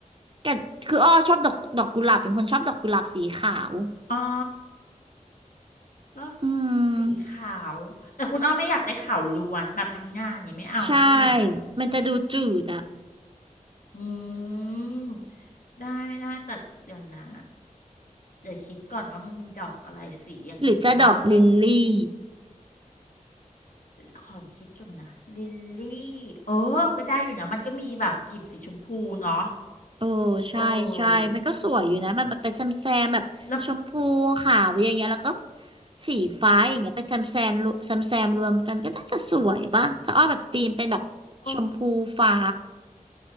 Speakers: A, on the right; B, on the left.
A: กัคืออ้อชอบดอกดอกกุหลาบเป็นคนชอบดอกกุหลาบสีขาว
B: อ๋อก็
A: อืม
B: สีขาวแต่คุณอ้อไม่อยากได้ขาวล้วนแบบทั้งงานนี่างงี้ไม่เอาใช่ไหม
A: ใช่มันจะดูจืดอะ
B: อืมได้ได้แต่เดี๋ยวนะเดี๋ยวคิดก่อนว่ามันมีดอกอะไรสีอย่างนี้บ้าง
A: หรือจะดอกลิลลี่
B: ขอคิดกันนะลิลลี่เออก็ได้อยู่นะมันก็มีแบบกลีบสีชมพูเนาะ
A: เออใช่
B: เออ
A: ใช่ มันก็สวยอยู่นะ มันแบบเป็นแซมแซมแบบชมพูขาวอย่างเงี้ยแล้วก็
B: แล้ว
A: สีฟ้าอย่างเงี้ยเป็นแซมแซมรวมแซมแซมรวมกันก็น่าจะสวยป่ะถ้าอ้อแบบธีมเป็นแบบชมพูฟ้า
B: อ๋อ